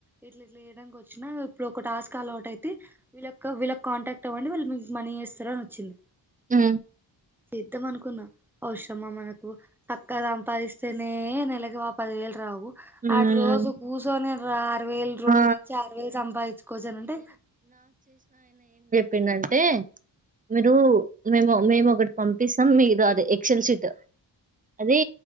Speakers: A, in the centre; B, on the right (about 20°).
A: ఇట్లా ఇట్లా చేయడానికి వచ్చిన ఇప్పుడు ఒక టాస్క్ అల అౌట్ అయితే వీళ్ళ వీళ్కి కాంటాక్ట్ అవ్వండి వాళ్ళు మీకు మనీ చేస్తార అని వచ్చింది
B: ఆ
A: చేద్ద్దం అనుకున్నా అఔషరమా మనకు చక్కగా సంపాదిస్తేనే ఇలగవా పదివేలు రావు
B: హ్మ్.
A: అటు రోజు కూర్చొనిను ఆరు వేలు రెండు
B: ఆ!
A: నుంచి ఆరు వేలు సంపాదించుకోవచ్చాన అంటే
B: పిన్నండి అంటే మీరు మేము మేము ఒకటి పంపిస్తాం మీది గాదే ఎక్సల్ సిట్ ట్ అదే